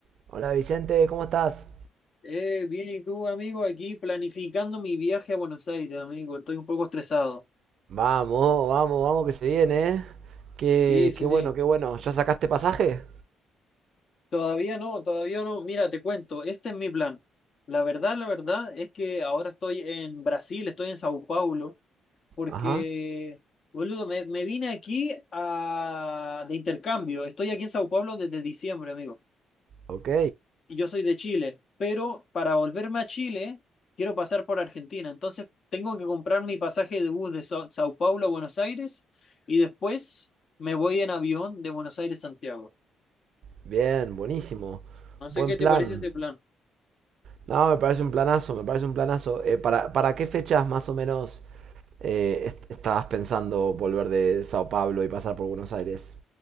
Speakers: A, on the right; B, on the left.
A: Hola Vicente, ¿cómo estás?
B: Eh, bien, ¿y tú, amigo? Aquí planificando mi viaje a Buenos Aires, amigo. Estoy un poco estresado.
A: Vamos, vamos, vamos, que se viene, ¿eh? Qué,
B: Sí, sí,
A: qué bueno,
B: sí.
A: qué bueno. ¿Ya sacaste pasaje?
B: Todavía no, todavía no. Mira, te cuento, este es mi plan. La verdad, la verdad es que ahora estoy en Brasil, estoy en Sao Paulo, porque,
A: Ajá,
B: boludo, me, me vine aquí a, de intercambio. Estoy aquí en Sao Paulo desde diciembre, amigo.
A: ok.
B: y yo soy de Chile, pero para volverme a Chile quiero pasar por Argentina. Entonces tengo que comprar mi pasaje de bus de Sao, Sao Paulo a Buenos Aires y después me voy en avión de Buenos Aires a Santiago.
A: Bien, buenísimo.
B: No sé
A: Buen
B: qué
A: plan.
B: te parece este plan.
A: No, me parece un planazo, me parece un planazo. Eh, ¿para, para qué fechas más o menos eh, est- estabas pensando volver de Sao Paulo y pasar por Buenos Aires?